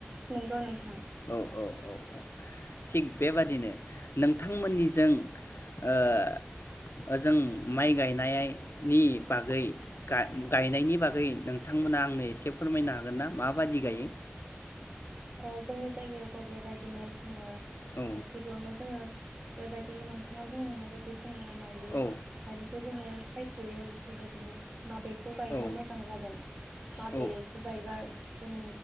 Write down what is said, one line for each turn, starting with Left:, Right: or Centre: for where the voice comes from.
Right: नोंगौ नोंथा
Left: औ-औ-औ थिग बेबादिनो नोंथांमोननिजों ओह ओजों माइ गायनायनि बागै गा-गायनायनि बागै नोंथांमोना आंनो एसे फोरमायनो हागोनना माबादि गायो
Right: अह जोंनि जायगायावबो बेबायदिनो जोङो
Left: औ
Right: गिबियावनो जोङो बेबायदिनो नोंथाङा बुंलांनाय बायदि जोंङो माइलि-माइलिखौ
Left: औ
Right: जोङो सायख'यो बिदिनो माबेखौ गायबा
Left: औ
Right: मोजां जागोन माबेखौ
Left: औ
Right: गायबा जों